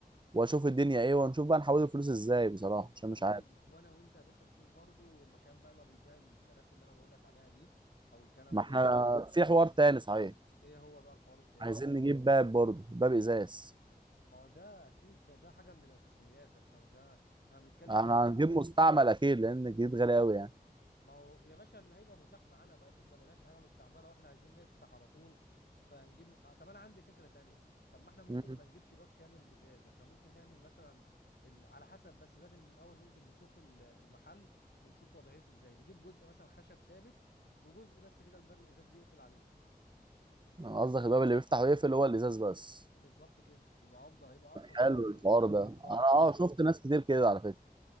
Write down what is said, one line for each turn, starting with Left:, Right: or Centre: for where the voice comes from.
Right: واشوف الدنيا ايه ونشوف بقى نحول الفلوس ازاي بصراحه
Left: ط-
Right: عشان مش
Left: طيب
Right: عارف
Left: وانا وانت يا باشا نشوف برضو مكان بقى اللي هو بيبيع الكراسي اللي انا بقول لك عليها دي او الكنب
Right: ما
Left: ده
Right: احنا في حوار تاني صحيح
Left: ايه هو بقى الحوار التاني
Right: عايزين نجيب باب برضه باب ازاز
Left: ما هو ده اكيد ده ده حاجه من الاساسيات احنا ده احنا بنتكلم
Right: احنا
Left: دلوقتي
Right: هنجيب
Left: اه
Right: مستعمل اكيد لان الجديد غالي قوي يعني
Left: ما هو يا باشا اللي هيبقى متاح معانا بقى افرض ما لقيناش حاجه مستعمله واحنا عايزين نفتح على طول فهنجيب آه، طب انا عندي فكره تانية طب ما احنا ممكن
Right: مم.
Left: ما نجيبش باب كامل ازاز احنا ممكن نعمل مثلا ال... على حسب بس لازم الاول ننزل نشوف ال- المحل ونشوف وضعيته ازاي نجيب جزء مثلا خشب ثابت وجزء بس كده الباب الازاز بيقفل عليه
Right: أنا قصدك الباب اللي بيفتح ويقفل هو الازاز بس
Left: بالظبط كده يبقى افضل هيبقى ارخص
Right: حلو
Left: بكتير
Right: الحوار
Left: هنجيب
Right: ده
Left: ضرفه
Right: انا
Left: بس
Right: اه شفت ناس كتير كده على فكره